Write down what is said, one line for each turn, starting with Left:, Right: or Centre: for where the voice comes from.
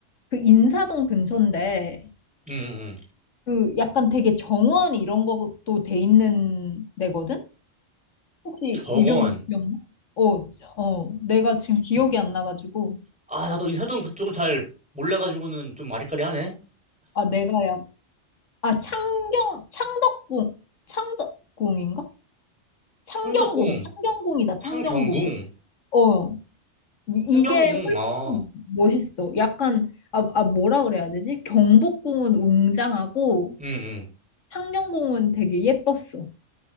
Left: 그 인사동 근처인데,
Centre: 응, 응, 응.
Left: 그 약간 되게 정원 이런 것도 돼 있는 데거든? 혹시
Centre: 정원.
Left: 이름 기억나? 어, 어, 내가 지금 기억이 안 나가지고.
Centre: 아, 나도 인사동 그쪽은 잘 몰라가지고는 좀 아리까리하네.
Left: 아, 내가야. 아, 창경, 창덕궁, 창덕궁인가? 창경궁,
Centre: 창덕궁,
Left: 창경궁이다,
Centre: 창경궁.
Left: 창경궁. 어, 이,
Centre: 상경궁,
Left: 이게 훨씬
Centre: 어,
Left: 멋있어. 약간, 아, 아, 뭐라 그래야 되지? 경복궁은 웅장하고,
Centre: 응, 응.
Left: 창경궁은 되게 예뻤어.